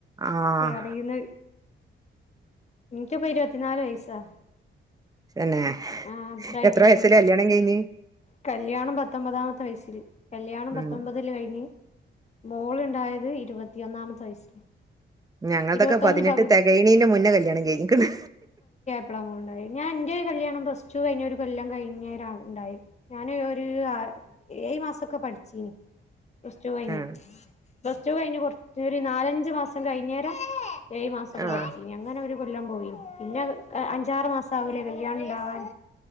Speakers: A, on the right; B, on the left.
A: ആഹ്
B: അറിയുന്നത് എനിക്കിപ്പൊ ഇരുവത്തിനാല് വയസ്സാ
A: തന്നെ
B: ആഹ് അത്രായിട്ടേ
A: എത്ര വയസ്സില
B: ഉള്ളൂ
A: കല്യാണം കയിഞ്ഞ്
B: കല്യാണം പത്തൊമ്പതാമത്തെ വയസ്സില് കല്യാണം പത്തൊമ്പത്
A: ഉം
B: തില് കഴിഞ്ഞ് മോള്ണ്ടായത് ഇരുപത്തിയൊന്നാമത്തെ വയസ്സില്
A: ഞങ്ങൾതൊക്കെ
B: ഇരുപത്തൊന്ന്
A: പതിനെട്ട്
B: പകുതി
A: തെകയ്ണീന്റെ മുന്നെ കല്യാണം കഴിഞ്ഞ്ക്ക്ണ്
B: അപ്പളാ മോള്ണ്ടായി ഞാൻന്റെ കല്യാണം പ്ലസ് ടു കഴിഞ്ഞ് ഒരു കൊല്ലം കഴിഞ്ഞേരാണ് ഇണ്ടായെ ഞാന് ഒരു ആഹ് ഏഴ് മാസൊക്കെ പഠിച്ചീന് പ്ലസ് ടു കഴിഞ്ഞ്
A: ആഹ്
B: പ്ലസ് ടു കഴിഞ്ഞ് കുറച്ച് ഒരു നാലഞ്ചു മാസം കഴിഞ്ഞേരം ഏഴ്‌ മാസൊക്കെ
A: ആഹ്
B: പഠിച്ചീ അങ്ങനെ ഒരു കൊല്ലം പോയിനി പിന്നെ അഞ്ചാറ് മാസം ആവൂലേ കല്യാണം ഇണ്ടാവാൻ